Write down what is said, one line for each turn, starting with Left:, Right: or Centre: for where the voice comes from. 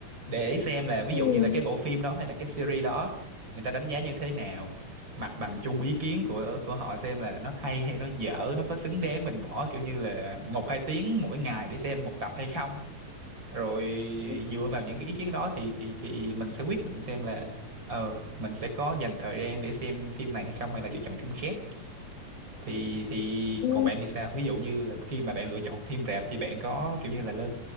Right: để xem là ví
Left: Ừ.
Right: dụ như là cái bộ phim đó hay là cái series đó người ta đánh giá như thế nào mặt bằng chung ý kiến của của họ xem là nó hay hay nó dở nó có xứng đáng mình bỏ kiểu như là một hai tiếng mỗi ngày để xem một tập hay không rồi
Left: Ừ.
Right: dựa vào những cái ý kiến đó thì thì thì mình sẽ quyết định xem là ờ mình sẽ có dành thời gian để xem phim này hay không hay là lựa chọn phim khác thì thì
Left: Ừ.
Right: còn bạn thì sao ví dụ như là khi mà bạn lựa chọn phim rạp thì bạn có kiểu như là lên